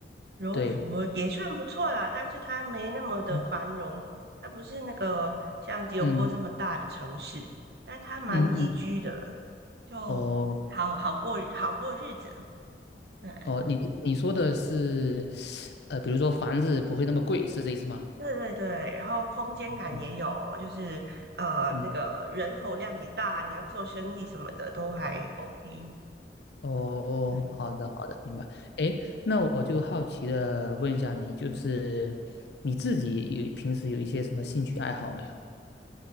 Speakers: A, on the right (about 65°); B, on the left (about 75°).
A: 柔佛也算不错啦，
B: 对，
A: 但是它没那么的繁荣，
B: 嗯
A: 它不是那个像吉隆坡这么大的城市，
B: 嗯
A: 但它蛮宜居的，
B: 嗯嗯，
A: 就好好过好过日子。
B: 哦
A: 对，
B: 哦，你你说的是呃，比如说房子不会那么贵，是这意思吗？
A: 对对对，然后空间感也有，
B: 嗯
A: 就是呃那个人口量也大，
B: 嗯，
A: 你要做生意什么的都还 OK。
B: 哦，
A: 对，
B: 好的好的，明白。哎，那我就好奇的问一下你，就是你自己有平时有一些什么兴趣爱好没有？